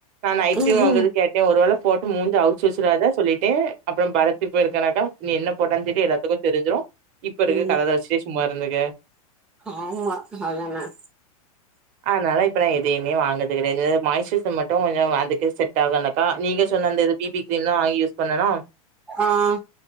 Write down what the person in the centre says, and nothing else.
ம்
ம்
ஆமா அதானே
ஆ